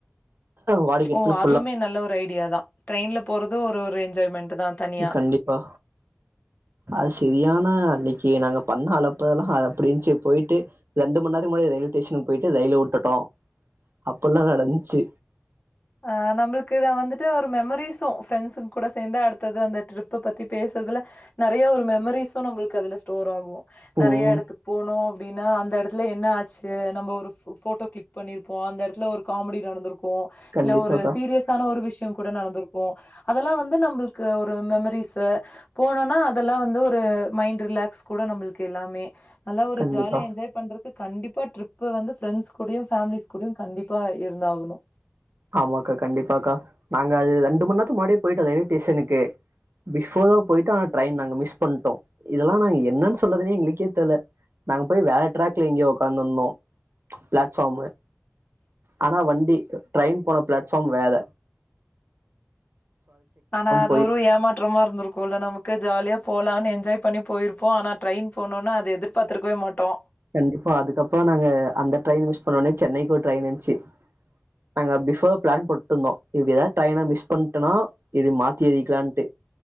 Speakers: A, on the right (about 80°); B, on the left (about 45°).
A: வாடகைக்கு எடுத்துன்னு
B: ஓ அதுவுமே
A: ஃபுல்லா
B: நல்ல ஒரு ஐடியாதா ட்ரெயின்ல போறது ஒரு ஒரு என்ஜாய்மெண்ட் தான் தனியா.
A: கண்டிப்பா அது செரியான அன்னைக்கு நாங்க பண்ண அலப்பறலா அது அப்டி இருந்ச்சு போய்ட்டு ரெண்டு மண்ணேரத்துக்கு முன்னாடி ரெயில்வே ஸ்டேஷன்க்கு போயிட்டு ரயில உட்டுட் டோ அப்பல்லா நடந்ச்சு
B: ஆ நம்மளுக்கு இதா வந்துட்டு ஒரு மெமரிஸும் ஃப்ரெண்ட்ஸுங்க கூட சேந்தா அடுத்தது அந்த ட்ரிப் ப்ப பத்தி பேசுறதுல நெறைய ஒரு மெமரிஸும் நம்மளுக்கு அதுல ஸ்டோர் ஆகு நெறைய
A: ம்
B: எடத்துக்கு போனோ அப்டின்னா அந் த எடத்துல என்ன ஆச்சு நம்ம ஒரு ஃபோ ஃபோட்டோ க்ளிக் பண்ணிருப்போ அந்த எடத்துல ஒரு காமெடி நடந்துருக்கு
A: கண்டிப்பாக்கா
B: இல்ல ஒரு சீரியஸான ஒரு விஷயொ கூட நடந்திருக்கு அதெல்லா வந்து நம்பளுக்கு ஒரு மெமரிஸு போனன்னா அதெல்லா வந்து ஒரு மைண்ட் ரிலாக்ஸ் கூட நம்ளுக் கு எல்லாமே நல்லா ஒரு
A: கண்டிப்பா
B: ஜாலியா எஞ்ஜாய் பண்றக்கு கண்டிப்பா ட்ரிப் வந்து ஃப்ரெண்ட்ஸ் கூடயு ஃபேமிலிஸ் கூடயு கண்டிப்பா இருந்தாகணு
A: ஆமாக்கா கண்டிப்பாக்கா நாங்க அது ரெண்டு மண்நேரத்து முன்னாடியே போயிட்டோ ரெயில்வே ஸ்டேஷனுக்கு பிஃபோரா போயிட்டோ ஆனா ட்ரெயின் நாங்க மிஸ் பண்ட்டோ இதெல்லா நாங்க என்னன்னு சொல்றதுனே எங்கள்க்கே தெர்ல நாங்க போய் வேற டிராக்ல எங்கயோ ஒக்காந்துந்தோ பிளாட்ஃபார்மு ஆனா வண்டி ட்ரெயின் போன பிளாட்ஃபார்ம் வேத
B: ஆனா அது
A: போய்
B: ஒரு ஏமாற்றமா இருந்திருக்குல்ல நமக்கு ஜாலியா போலானு எஞ்ஜாய் பண்ணி போயிருப்போ ஆனா ட்ரெயின் போனோன்ன அது எதிர்பார்த்துருக்கவே மாட்டோ
A: கண்டிப்பா அதுக்கப்பறொ நாங்க அந்த ட்ரெயின் மிஸ் பண்ணோன்ன சென்னைக்கு ஒரு ட்ரெயின் இந்ச்சு நாங்க பிஃபோரா பிளான் போட்டிருந்தோ இப்டி எதாவது ட்ரெயின மிஸ் பண்ட்டோனா இப்டி மாத்தி ஏறிக்கலான்ட்டு